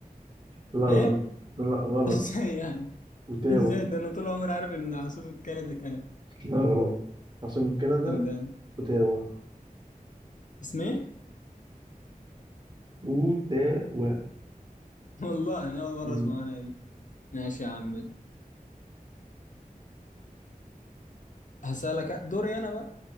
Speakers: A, on the right (about 30°); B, on the left (about 60°).
A: لا
B: ايه
A: غلط
B: <laughs>
A: لا غلط
B: ازاي يعني
A: اوتاوا
B: ازاي ده انا طول عمري عارف ان عاصمه كندا كندا
A: لا غلط عاصمة كندا
B: طب ده
A: اوتاوا
B: اسمه ايه؟
A: اوتاوا
B: <laughs> والله انا اول
A: مم.
B: مره اسمع عنها دي ماشي يا عم هسألك دوري انا بقى